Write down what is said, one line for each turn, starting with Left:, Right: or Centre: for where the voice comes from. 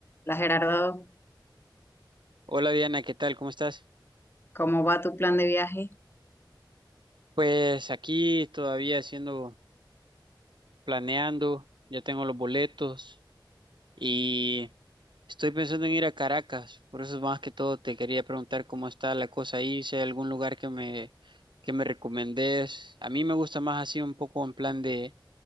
Left: Hola Gerardo,
Right: Hola Diana, ¿qué tal? ¿Cómo estás?
Left: ¿cómo va tu plan de viaje?
Right: Pues aquí todavía haciendo, planeando, ya tengo los boletos y estoy pensando en ir a Caracas, por eso más que todo te quería preguntar cómo está la cosa ahí, si hay algún lugar que me, que me recomendés. A mí me gusta más así un poco en plan de,